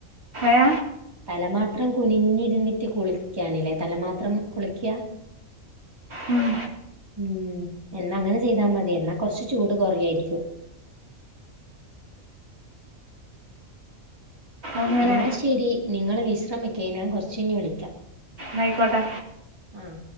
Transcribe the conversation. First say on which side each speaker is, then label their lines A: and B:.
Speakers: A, on the right (about 50°); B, on the right (about 15°).
A: എ
B: തല മാത്രം കുനിഞ്ഞിരുന്നിട്ട് കുളിക്കാനില്ലേ തല മാത്രം കുളിക്കുക
A: ഉം
B: ഉം എന്നാ അങ്ങനെ ചെയ്താ മതി എന്നാ കൊറച്ച് ചൂട് കുറയായിരിക്കും.
A: അങ്ങനെ
B: എന്നാൽ ശരി നിങ്ങള് വിശ്രമിക്ക് ഞാൻ കുറച്ച് കഴിഞ്ഞ് വിളിക്കാം.
A: നൈക്കോട്ട
B: ആഹ്